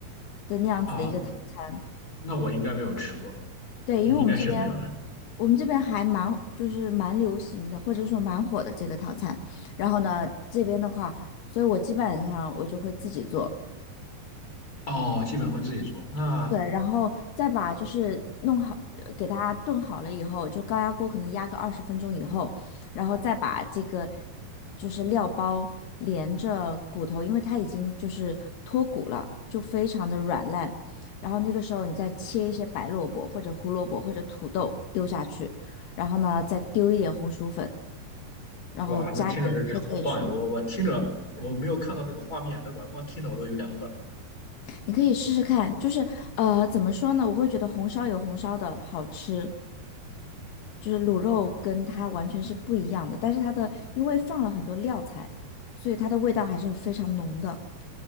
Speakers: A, on the left; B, on the left.
A: 的那样子的一个套餐。
B: 啊、那我应该没有吃过，
A: 对，
B: 你应该是没有的。
A: 因为我们这边我们这边还蛮就是蛮流行的，或者说蛮火的这个套餐。然后呢，这边的话，所以我基本上我就会自己做。
B: 哦，基本会自己做。那
A: 对，然后再把就是弄好，呃给它炖好了以后，就高压锅可能压个二十分钟以后，然后再把这个就是料包连着骨头，因为它已经就是脱骨了，就非常的软烂。然后那个时候你再切一些白萝卜或者胡萝卜或者土豆丢下去，然后呢再丢一点红薯粉，然后加盐就可以吃。
B: 哇，那听着真是好棒呀！我我听着我没有看到那个画面，但是我光听着我都有点饿了。
A: 你可以试试看，就是呃，怎么说呢？我会觉得红烧有红烧的好吃，就是卤肉跟它完全是不一样的。但是它的因为放了很多料材，所以它的味道还是非常浓的，